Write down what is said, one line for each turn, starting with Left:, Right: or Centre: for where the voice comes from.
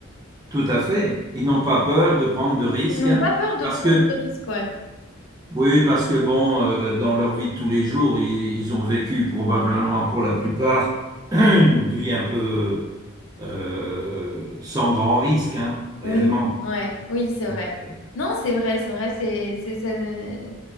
Right: Tout à fait. Ils n'ont pas peur de prendre de risques.
Left: Ils n'ont pas peur de
Right: Parce que
Left: prendre de risques, ouais.
Right: Oui, parce que bon, euh, dans leur vie de tous les jours, ils, ils ont vécu probablement pour la plupart <clears throat> une vie un peu euh, sans grand risque, hein, réellement.
Left: Oui, ouais, oui, c'est
Right: Donc,
Left: vrai.
Right: euh,
Left: Non, c'est vrai, c'est vrai, c'est, c'est, c'est-